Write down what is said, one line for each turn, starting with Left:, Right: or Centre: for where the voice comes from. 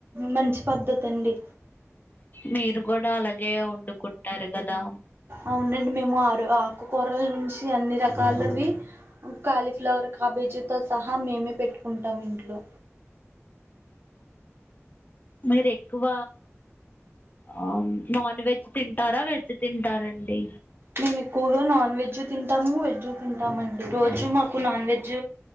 Right: మంచి పద్ధతి అండి
Left: మీరు గూడా అలాగే వండుకుంటారు గదా
Right: అవునండి మేము ఆరు ఆకుకూరల నుంచి అన్ని రకాలవి కాలీఫ్లవర్ కాబేజీ తో సహా మేమే పెట్టుకుంటాం ఇంట్లో
Left: మీరెక్కువ ఆ నాన్ వెజ్ తింటారా వెజ్ తింటారండి
Right: మేము ఎక్కువగా నాన్ వెజ్ తిన్ టము వెజ్ తింటామండి రోజు మాకు నాన్ వెజ్